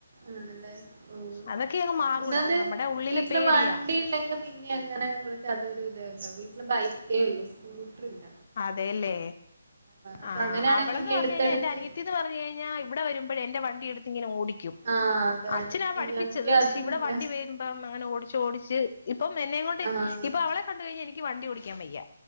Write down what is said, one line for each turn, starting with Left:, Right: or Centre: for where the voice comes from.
Right: ആണല്ലേ. ഓഹ്
Left: അതൊക്കെ അങ്ങ് മാറൂടാ
Right: ഒന്നാന്ന്
Left: നമ്മുടെ ഉള്ളിലെ
Right: വീട്ടില്
Left: പേടിയാ
Right: വണ്ടിണ്ടെങ്കി പിന്നെ അങ്ങനെ നമ്മൾക്ക് അതൊരു ഇതേര്ന്നു. വീട്ടില് ബൈക്കേ ഉള്ളു സ്കൂട്ടർ ഇല്ല.
Left: അതെല്ലേ.
Right: അപ്പൊ
Left: ആഹ്
Right: അങ്ങനെയാണെ
Left: അവളെന്ന്
Right: പിന്നെ
Left: പറഞ്ഞഴിഞ്ഞാ
Right: എടുത്തെടുത്ത്
Left: എന്റെ അനിയത്തീന്ന് പർ ഞ്ഞഴിഞ്ഞാ ഇവിടെ വരുമ്പഴെന്റെ വണ്ടി എടുത്തിങ്ങനെ ഓടി ക്കും.
Right: ആഹ് അതാണ്
Left: അച്ഛനാ പഠിപ്പിച്ചത്.
Right: എനിക്ക്
Left: പക്ഷെ
Right: അതും
Left: ഇവിടെ
Right: ഇല്ല
Left: വണ്ടി വരുമ്പം അങ്ങനെ ഓടി ചോടിച്ച് ഇപ്പം എന്നെയും കൊണ്ട്
Right: ആഹ്
Left: ഇപ്പൊ അവളെ കണ്ട്കഴിഞ്ഞാ എനിക്ക് വണ്ടി ഓടിക്കാൻ വയ്യാ.